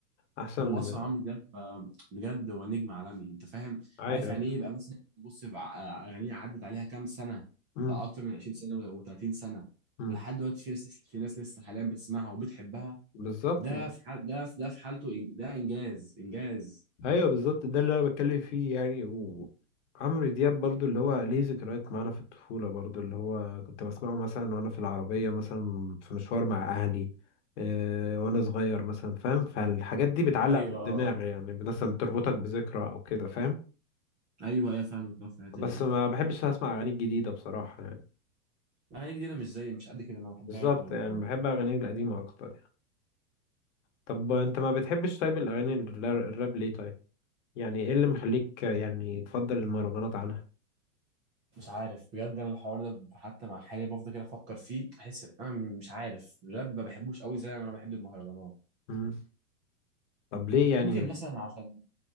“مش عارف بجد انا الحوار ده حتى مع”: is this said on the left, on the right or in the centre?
Right